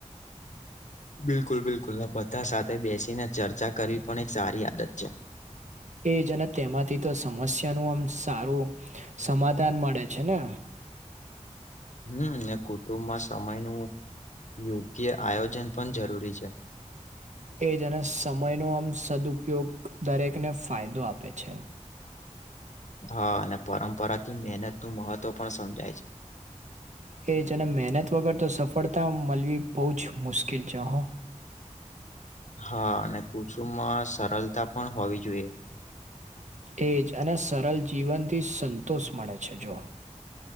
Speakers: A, on the left; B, on the right.
A: બિલકુલ બિલકુલ બધા સાથે બેસીને ચર્ચા કરવી પણ એક સારી આદત છે.
B: એજ અને તેમાંથી તો સમસ્યા નું આમ સારું સમાધાન મળે છે ને.
A: હમ ને કુટુંબમાં સમય નું યોગ્ય આયોજન પણ જરૂરી છે.
B: એજ અને સમય નો આમ સદઉપયોગ દરેકને ફાયદો આપે છે.
A: હા અને પરંપરા થી મહેનત નું મહત્વ પણ સમજાય છે.
B: એ છેને મહેનત વગર તો સફળતા મળવી બહ જ મુશ્કેલ છે હ.
A: હા અને કુચુંમાં સરળતા પણ હોવી જોઈએ.
B: એજ અને સરલ જીવન થી સંતોષ મળે છે જો.